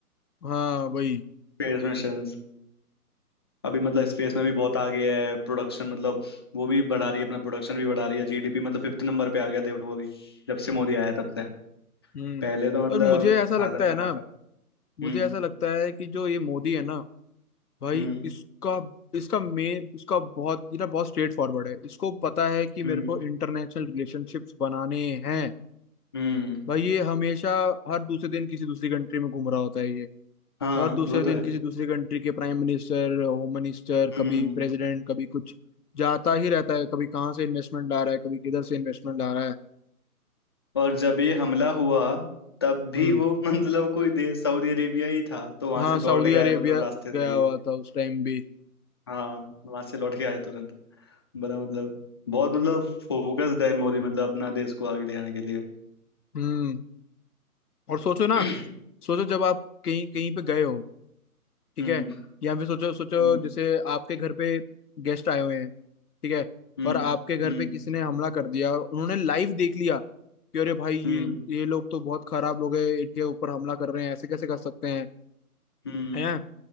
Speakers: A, on the left; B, on the left.
A: हाँ वही
B: Space mission अभी मतलब
A: हम्म
B: स्पेस में भी बहुत आगे है प्रोडक्शन मतलब वो भी बढ़ा रही है अपना प्रोडक्शन भी बढ़ा रही है जीडीपी मतलब फिफ्थ नंबर पे आ गया देखो अभी जब से मोदी आया तब से
A: हम्म
B: पहले तो मतलब
A: और मुझे ऐसा लगता
B: हालत खराब
A: है ना
B: था
A: मुझे
B: हम्म
A: ऐसा लगता है कि जो ये मोदी है ना भाई
B: हम्म
A: इसका इसका मेन इसका बहुत ये ना बहुत स्ट्रेट फॉरवर्ड है इसको पता है कि मेरे
B: हम्म
A: को इंटरनेशनल रिलेशनशिप्स बनाने हैं
B: हम्म
A: भाई ये हमेशा हर दूसरे दिन किसी दूसरी कंट्री में घूम रहा होता है ये
B: हाँ
A: हर दूसरे
B: वो तो
A: दिन
B: है
A: किसी दूसरी कंट्री के प्राइम मिनिस्टर होम मिनिस्टर कभी
B: हम्म
A: प्रेसिडेंट कभी कुछ जाता ही रहता है कभी कहाँ से इन्वेस्टमेंट ला रहा है कभी किधर से इन्वेस्टमेंट ला रहा है
B: और जब ये हमला हुआ तब भी
A: हम्म
B: वो <laughs> मतलब कोई देश सऊदी अरेबिया ही था तो वहां
A: हाँ
B: से लौट
A: सऊदी
B: के
A: अरेबिया
B: आया मतलब रास्ते से
A: गया हुआ
B: ही
A: था उस टाइम भी
B: हाँ वहां से लौट के आया तुरंत बड़ा मतलब बहुत मतलब फोकस्ड है मोदी मतलब अपना देश को आगे ले जाने के लिए
A: हम्म और सोचो ना
B: <clears throat>
A: सोचो जब आप कहीं कहीं पे गए हो ठीक
B: हम्म
A: है या फिर सोचो सोचो
B: हम्म
A: जैसे आपके घर पे गेस्ट आए हुए हैं ठीक है
B: हम्म
A: और आपके घर
B: हम्म
A: पे किसी ने हमला कर दिया और उन्होंने लाइव देख लिया कि अरे भाई ये
B: हम्म
A: ये लोग तो बहुत खराब लोग हैं इनके ऊपर हमला कर रहे हैं ऐसे कैसे कर सकते हैं
B: हम्म
A: हैं